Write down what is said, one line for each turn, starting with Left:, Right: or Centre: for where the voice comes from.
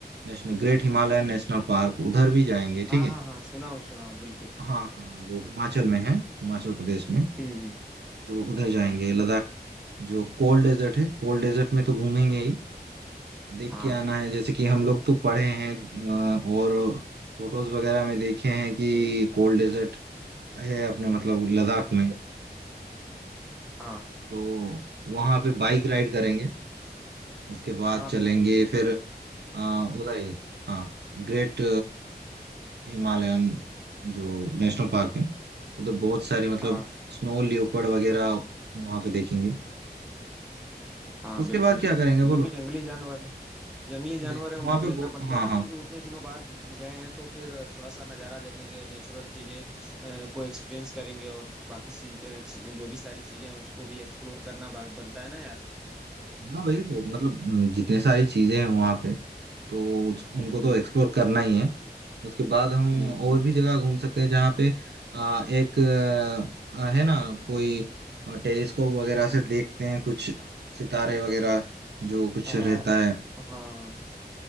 Right: national great Himalayan national park उधर भी जाएंगे ठीक
Centre: हाँ
Right: है
Centre: हाँ हाँ सुनाओ सुनाओ बिल्कुल
Right: हाँ हाँ वो हिमाचल में है हिमाचल प्रदेश में
Centre: हम्म हम्म,
Right: तो उधर
Centre: ठीक
Right: जाएंगे
Centre: है
Right: लद्दाख जो कोल्ड डेजर्ट है कोल्ड डेजर्ट में तो घूमेंगे ही देख
Centre: हाँ
Right: के आना है जैसे कि हम लोग तो पढ़े हैं अ, और फोटोज वगैरह में देखे हैं कि कोल्ड डेजर्ट है अपने मतलब लद्दाख में
Centre: हाँ
Right: तो वहां पे बाइक राइड करेंगे उसके बाद
Centre: हाँ
Right: चलेंगे
Centre: बिल्कुल बिल्कुल
Right: फिर अ, उधर ही हाँ ग्रेट हिमालयन जो नेशनल पार्क है उधर बहुत सारी मतलब
Centre: हाँ
Right: स्नो लियोपर्ड वगैरह वहां पे देखेंगे
Centre: हाँ
Right: उसके
Centre: बिल्कुल
Right: बाद क्या
Centre: क्योंकि
Right: करेंगे बोलो
Centre: जंगली जानवर जंगली जानवर
Right: देख
Centre: है उनको
Right: वहां पे
Centre: देखना
Right: बहु-
Centre: बनता
Right: हाँ
Centre: है ना
Right: हाँ
Centre: क्योंकि उतने दिनों बाद गए हैं तो फिर थोड़ा सा नज़ारा देख लेंगे नेचुरल चीज़ें अ, को एक्सपीरियंस करेंगे और बाकी सी- अ, ची- जो भी सारी चीज़ें हैं उसको भी एक्सप्लोर करना बा- बनता है ना यार
Right: हाँ भाई वो मतलब हम्म, जितने सारी चीजें हैं वहां पे तो उस- उनको
Centre: हम्म
Right: तो एक्सप्लोर करना ही है उसके बाद हम
Centre: बिल्कुल
Right: और भी जगह घूम सकते हैं जहाँ पे आ, एक आ, है ना कोई टेलीस्कोप वगैरह से देखते हैं कुछ सितारे वगैरह जो कुछ
Centre: हाँ
Right: रहता है
Centre: हाँ हाँ